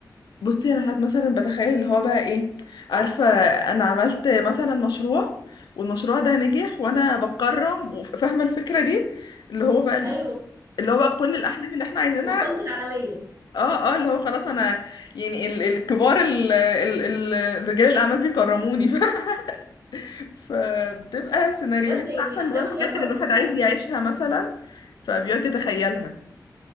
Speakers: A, on the left; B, on the right.
A: بصي انا ساعات مثلا بتخيل اللي هو بقى ايه عارفة انا عملت مثلا مشروع والمشروع ده نجح وانا بتكرم وفاهمة الفكرة دي اللي هو بقى
B: ايوه
A: اللي هو بقى كل الاحلام اللي احنا عايزينها
B: وصلت العالمية
A: اه اه اللي هو خلاص انا يعني ال- الكبار ال- ال- ال- الرجال الاعمال بيكرموني <laughs> فاهمة؟ فبتبقى سيناريوهات
B: بجد يعني
A: عارفه اللي
B: احلام
A: هو الحاجات
B: اليقظة
A: اللي الواحد
B: دي
A: عايز
B: احسن
A: يعيشها
B: حاجة في الحياة
A: مثلا فبيقعد يتخيلها